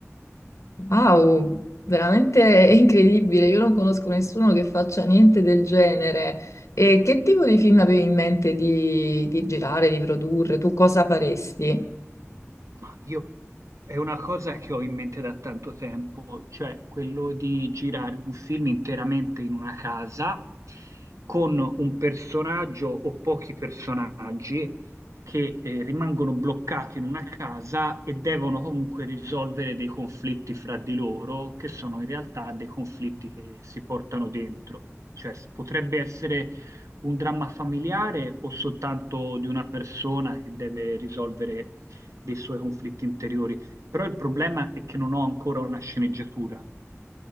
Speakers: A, on the left (about 75°); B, on the right (about 85°).
A: Wow, veramente <laughs> è incredibile. Io non conosco nessuno che faccia niente del genere. E che tipo di film avevi in mente di, di girare, di produrre? Tu cosa faresti?
B: Ma io è una cosa che ho in mente da tanto tempo, cioè quello di girare un film interamente in una casa con un personaggio o pochi personaggi che eh, rimangono bloccati in una casa e devono comunque risolvere dei conflitti fra di loro, che sono in realtà dei conflitti che si portano dentro. Cioè s- potrebbe essere un dramma familiare o soltanto di una persona che deve risolvere dei suoi conflitti interiori. Però il problema è che non ho ancora una sceneggiatura.